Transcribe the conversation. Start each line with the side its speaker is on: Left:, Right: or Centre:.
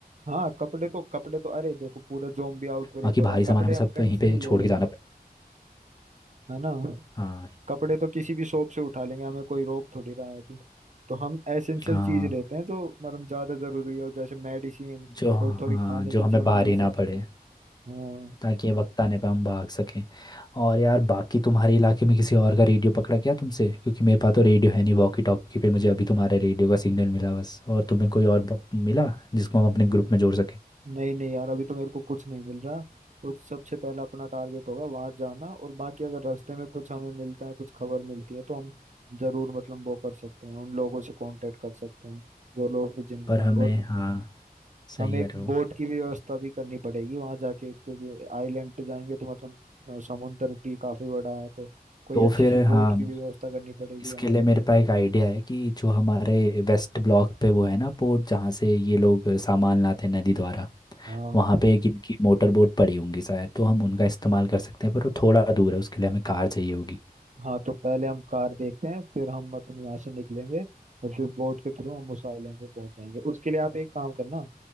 Right: हाँ, कपड़े तो कपड़े तो अरे देखो पूरा जोम्बी आउटब्रेक
Left: बाकी
Right: हो रहा
Left: भारी
Right: है कपड़े
Left: सामान हमें
Right: हम
Left: सब
Right: कहीं
Left: यहीं
Right: से
Left: पे
Right: भी ले
Left: छोड़
Right: लेंगे
Left: के जाना पड़ेगा
Right: है ना
Left: हाँ
Right: कपड़े तो किसी भी शॉप से उठा लेंगे हमें कोई रोक थोड़ी रहा है अभी तो हम एसेंशियल
Left: हाँ
Right: चीज लेते हैं जो मतलब ज्यादा जरूरी हो जैसे मेडिसिन
Left: जो हाँ
Right: और थोड़ी खाने
Left: जो
Right: की
Left: हमें
Right: चीजें
Left: भारी
Right: जैसे
Left: ना पड़े
Right: हाँ
Left: ताकि ये वक्त आने पे हम भाग सकें और यार बाकी तुम्हारे इलाके में किसी और का रेडियो पकड़ा क्या तुमसे क्योंकि मेरे पास तो रेडियो है नहीं वॉकी टॉकी पे मुझे अभी तुम्हारे रेडियो का सिग्नल मिला बस और तुम्हें कोई और ब- मिला जिसको हम अपने ग्रुप में जोड़ सकें
Right: नहीं नहीं यार अभी तो मेरे को कुछ नहीं मिल रहा और सबसे पहला अपना टारगेट होगा वहां जाना और बाकी अगर रास्ते में कुछ हमें मिलता है कुछ खबर मिलती है तो हम जरूर मतलब वो कर सकते हैं उन लोगों से कांटेक्ट कर सकते हैं जो लोग भी जिंदा
Left: पर
Right: हैं
Left: हमें
Right: और
Left: हाँ सही
Right: हमें
Left: कह
Right: एक
Left: रहे हो
Right: बोट की भी व्यवस्था भी करनी पड़ेगी वहां जाके क्योंकि आइलैंड पे जाएंगे तो मतलब अ, समुंदर भी काफी बड़ा है तो कोई
Left: तो
Right: अच्छी
Left: फिर
Right: सी बोट
Left: हाँ
Right: की भी व्यवस्था करनी पड़ेगी
Left: इसके
Right: वहां
Left: लिए
Right: पे
Left: मेरे पास एक आइडिया है कि जो हमारे वेस्ट ब्लॉक पे वो है ना पोर्ट जहाँ से ये लोग सामान लाते हैं नदी द्वारा
Right: हाँ
Left: वहाँ पे एक इनकी मोटर बोट पड़ी होंगी शायद तो हम उनका इस्तेमाल कर सकते हैं पर वो थोड़ा दूर है उसके लिए हमें कार चाहिए होगी
Right: हाँ तो पहले हम कार देखते हैं फिर हम मतलब यहाँ से निकलेंगे और फिर बोट के थ्रू हम उस आइलैंड पे पहुंच जाएंगे उसके लिए आप एक काम करना